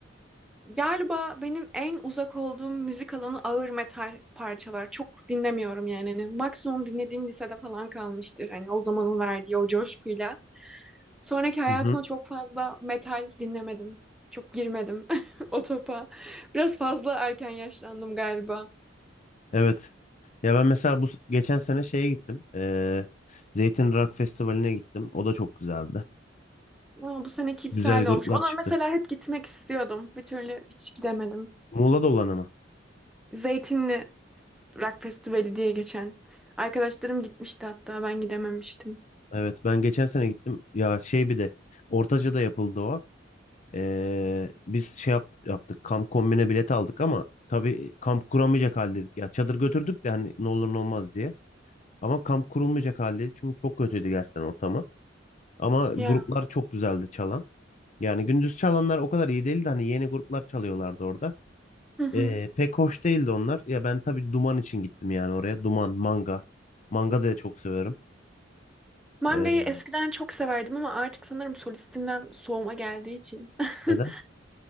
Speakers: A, in the centre; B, on the left.
A: Galiba benim en uzak olduğum müzik alanı ağır metal parçalar. Çok dinlemiyorum yani. Hani maksimum dinlediğim lisede falan kalmıştır. Hani o zamanın verdiği o coşkuyla. Sonraki hayatımda
B: Hı hı.
A: çok fazla metal dinlemedim. Çok girmedim <laughs> o topa. Biraz fazla erken yaşlandım galiba.
B: Evet. Ya ben mesela bu s- geçen sene şeye gittim. Ee, Zeytin Rock Festivali'ne gittim. O da çok güzeldi.
A: Ama bu seneki iptal
B: Güzel gruplar
A: olmuş. Ona
B: çıktı.
A: mesela hep gitmek istiyordum. Bir türlü hiç gidemedim.
B: Muğla'da olan ama.
A: Zeytinli Rock Festivali diye geçen. Arkadaşlarım gitmişti hatta ben gidememiştim.
B: Evet ben geçen sene gittim. Ya şey bir de Ortaca'da yapıldı o. Ee, biz şey yapt- yaptık. Kamp kombine bilet aldık ama tabii kamp kuramayacak haldeydik. Ya çadır götürdük de hani ne olur ne olmaz diye. Ama kamp kurulmayacak haldeydik. Çünkü çok kötüydü gerçekten ortamı. Ama
A: Ya.
B: gruplar çok güzeldi çalan. Yani gündüz çalanlar o kadar iyi değildi. Hani yeni gruplar çalıyorlardı orada.
A: <laughs>
B: Ee, pek hoş değildi onlar. Ya ben tabii Duman için gittim yani oraya. Duman, Manga. Manga da çok severim.
A: Mangayı
B: Ee,
A: eskiden çok severdim ama artık sanırım solistinden soğuma geldiği için. <laughs>
B: neden?